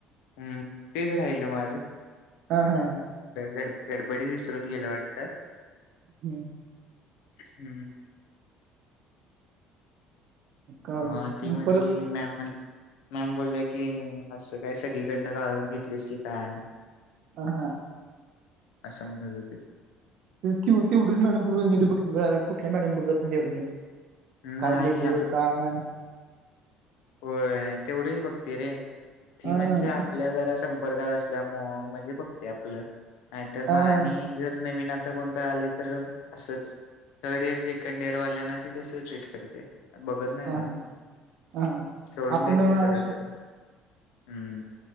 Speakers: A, on the left; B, on the right.
A: हम्म तेच राहिल माझं.
B: हा हा.
A: तर गडबरी विसरून गेला वाटत.
B: हम्म.
A: हम्म.
B: का
A: मग ती म्हणली
B: परत
A: मॅम म्हली. मॅम बोलला की असं काय सगळीकडनं गाळून घेतलेस की काय.
B: आ हा.
A: असशा म्हणत येते.
B: <inaudible> कीव तेवढच मॅडम तेव नीट बघते कुठल्या मॅडम बघत ना तेवढं नीट. काय
A: नाही
B: लिहलंय काय नाय.
A: हो तेवढीच बघते रे ती
B: हा
A: म्हणजे आपल्या जरा सं वर्गात असल्या मूळ म्हणजे बघते आपलं नाहीतर मग
B: हा
A: आणि
B: हा
A: जर नवीन आता कोणत आले तर असंच थर्ड इयर सेकंड इयर वाल्यांना ती तस ट्रीट करते. बघत नाही
B: हा
A: एवढं
B: हा हा
A: सोडून
B: आपण
A: देते
B: नवीन
A: सगळं
B: आलो
A: सर. हम्म.